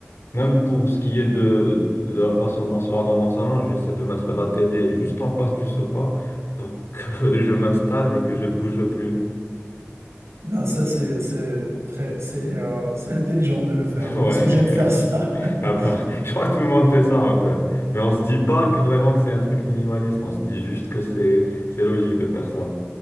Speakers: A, on the left (about 60°); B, on the right (about 75°).
A: Même pour ce qui est de, de la façon de m'asseoir dans mon salon, j'essaie de mettre la télé juste en face du sofa pour que <laughs> je m'installe et que je bouge plus.
B: Ben ça, c'est c'est très, c'est euh, c'est intelligent de le faire.
A: <laughs>
B: Moi
A: Ouais.
B: aussi, j'aime faire ça. <laughs>
A: Ah bah, <laughs> je crois que tout le monde fait ça en fait. Mais on se dit pas que vraiment que c'est un truc minimaliste, on se dit juste que c'est c'est logique de faire ça.